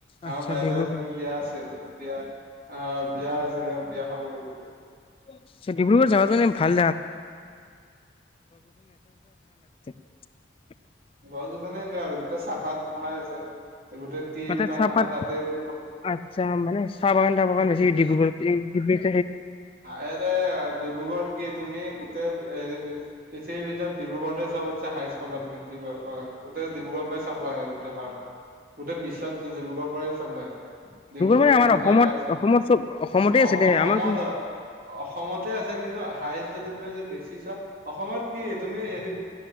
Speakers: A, on the left; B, on the right.
A: আচ্ছা
B: আমাৰ বাইদেউ
A: ডিব্ৰুগড়
B: এজনী বিয়া আছিল, বিয়া অ', বিয়া আছে বিয়া খাব গৈছিলো।
A: <inaudible> ডিব্ৰুগড় জাগাটোএনে ভাল <unintelligible>
B: গছ গছনি <unintelligible> আৰু গোটেই চাহপাত বহাই আছে গোটেই টি
A: ম
B: প্লান
A: চাহপাত
B: মহা তাতে এৰে
A: আচ্ছা মানে চাহ বাগান চাহ বাগান বেছি ডিব্ৰুগড়ত ড
B: এৰে ডিব্ৰুগড়ত কি তুমি গোট হেৰি পৃথিৱীৰ ভিতৰত ডিব্ৰুগড়তে চবতছে হাইষ্ট তুমি বাগান গোটেই ডিব্ৰুগড় পাই চাবলাই আহে গোটেই ভাৰত গোটেই বিশ্বত যে ডিব্ৰুগড় পৰাই চাবলাই ডিব্ৰুগড়
A: মানে
B: তিনিচুকীয়া
A: আমাৰ অসমত
B: হাই ছঅ
A: অসমত চব অসমতে আছে দে
B: অসমত
A: আমাৰ
B: হয় অসমতে আছে কিন্তু হাইজ যদি তুমি বেছি চোৱা অসমত কি তুমি হেৰি